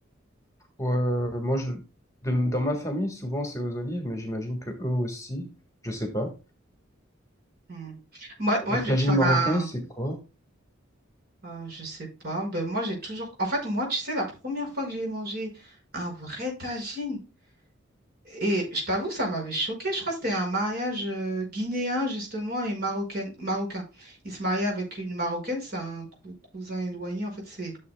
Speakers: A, on the left (about 15°); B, on the right (about 50°).
A: euh, moi, je, de- dans ma famille, souvent, c'est aux olives, mais j'imagine que eux aussi, je sais pas.
B: Hmm. Moi,
A: Au
B: moi,
A: tagine
B: je vais te faire
A: marocain,
B: un...
A: c'est quoi?
B: euh, je sais pas. Ben, moi, j'ai toujours... En fait, moi, tu sais, la première fois que j'ai mangé un vrai tagine, Et je t'avoue, ça m'avait choqué. Je crois que c'était un mariage euh, guinéen, justement, et marocain, marocain. Il se mariait avec une Marocaine, c'est un cou- cousin éloigné. En fait, c'est